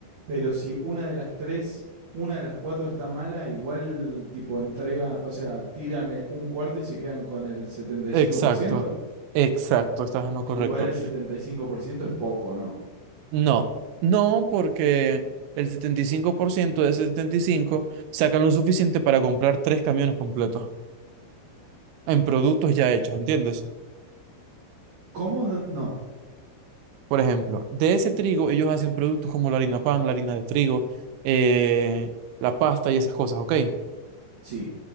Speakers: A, on the right; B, on the right.
A: Pero si una de las tres, una de las cuatro está mala, igual tipo entrega, o sea, tiran el- un cuarto y se quedan con el 75%.
B: Exacto. Exacto, estás en lo correcto.
A: Igual el 75% es poco, ¿no?
B: No, no porque el 75% de ese 75 sacan lo suficiente para comprar tres camiones completos en productos ya hechos, ¿entiendes?
A: ¿Cómo? No. no.
B: Por ejemplo, de ese trigo ellos hacen productos como la harina pan, la harina de trigo, eh, la pasta y esas cosas, ¿ok?
A: Sí.